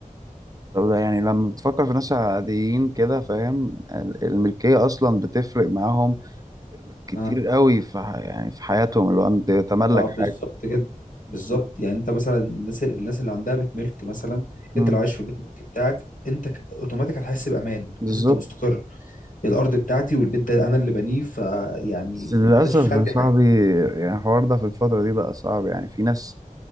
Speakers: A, on the right (about 25°); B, on the left (about 70°).
A: طب ده يعني لما بتفكر في ناس عاديين كده فاهم ال- الملكية أصلا بتفرق معاهم كتير
B: اه
A: قوي في ح- يعني في حياتهم اللي هو أنت تملك
B: ما بالظبط
A: حاجة
B: كده بالظبط
A: مم.
B: يعني انت مثلا الناس الناس اللي عندها بيت ملك مثلا
A: مم.
B: انت لو عايش في بيت ملك بتاعك انت ك- اوتوماتيك هتحس بامان
A: بالظبط
B: هتحس انت مستقر الارض بتاعتي والبيت ده انا اللي بنيه فيعني
A: بس للأسف
B: محدش في عندي
A: يا صاحبي
B: حاجه
A: يعني الحوار ده في الفترة دي بقى صعب يعني في ناس